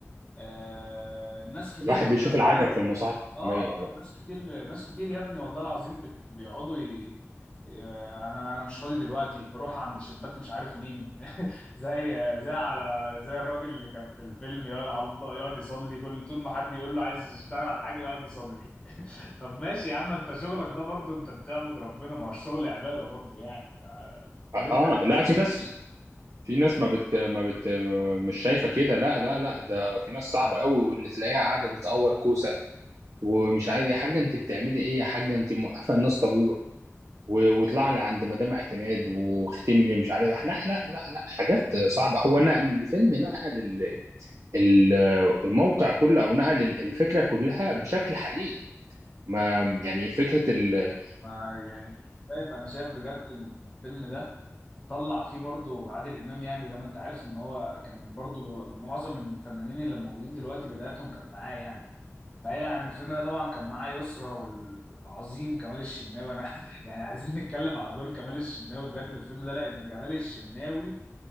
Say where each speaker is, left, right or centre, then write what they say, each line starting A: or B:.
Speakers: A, on the left; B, on the right.
A: آه الناس كتير
B: الواحد
A: بتبقى
B: بيشوف العجب
A: فعلا
B: في المصالح الحكومية
A: اه
B: والله
A: اه ناس كتير ناس كتير يا ابني والله العظيم بت- بيقعدوا ي... ي- انا انا مش فاضي دلوقتي روح عند شباك مش عارف مين <laughs> زي زي على زي الراجل اللي كان في الفيلم يقعد على الله يقعد يصلي كل طول ما حد يقول له عايز يشتغل على حاجه يقعد يصلي <laughs> طب ماشي يا عم انت شغلك ده برضو انت بتعبد ربنا ما هو الشغل عباده برضو يعني
B: اه
A: امال انت
B: آه، لا في ناس في ناس ما بت ما بت مش شايفة كده لا لا لا ده في ناس صعبة قوي واللي تلاقيها قاعدة بتقور كوسة ومش عارف يا حاجة انت بتعملي ايه يا حاجة انت موقفة الناس طابور و- واطلع لي عند مدام اعتماد واختم لي مش عارف لا لا لا لا حاجات صعبة هو نقل الفيلم نقل ال- الموقع كله او نقل ال- الفكره كلها بشكل حقيقي ما يعني فكره ال
A: ما يعني شايف انا شايف بجد من الفيلم ده طلع فيه برضو عادل امام يعني زي ما انت عارف ان هو كان برضو معظم الفنانين اللي موجودين دلوقتي بداياتهم كانت معاه يعني بعيدا عن الفيلم ده طبعا كان معاه يسرا وال... والعظيم كمال الشناوي انا <laughs> يعني عايزين نتكلم على دور كمال الشناوي بجد في الفيلم ده لان كمال الشناوي